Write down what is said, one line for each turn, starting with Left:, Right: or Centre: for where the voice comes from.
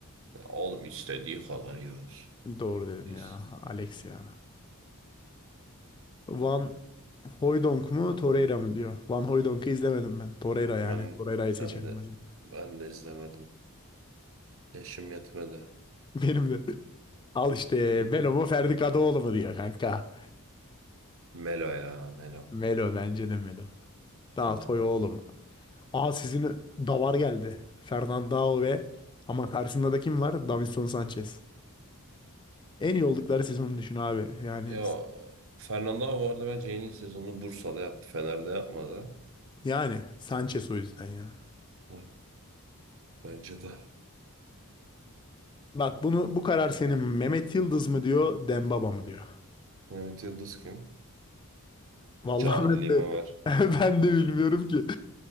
Right: Ya oğlum istediği kadar yiyoruz.
Left: Doğru dedin
Right: Biz.
Left: ya. Alex ya. Van Hooijdonk mu Torreira mı diyor. Van Hooijdonk'u izlemedim ben. Torreira yani.
Right: Ben,
Left: Torreira'yı seçelim
Right: ben de
Left: o zaman.
Right: ben de izlemedim. Yaşım yetmedi.
Left: <laughs> Benim de. Al işte
Right: Hı.
Left: Melo mu Ferdi Kadıoğlu mu diyor kanka.
Right: Melo ya Melo.
Left: Melo bence de Melo. Daha
Right: Melo.
Left: oğlum. Aa sizin davar geldi. Fernandao ve ama karşısında da kim var? Davinson Sanchez. En iyi oldukları sezonu düşün abi. Yani
Right: Ya Fernando abi bu arada bence en iyi sezonu Bursa'da yaptı. Fener'de yapmadı.
Left: yani Sanchez o yüzden ya.
Right: Hı, Bence de.
Left: Bak bunu bu karar senin Mehmet Yıldız mı diyor, Dembaba mı diyor.
Right: Mehmet Yıldız kim?
Left: Vallahi
Right: Cahilliğime
Left: ben de
Right: ver.
Left: <laughs> ben de bilmiyorum ki.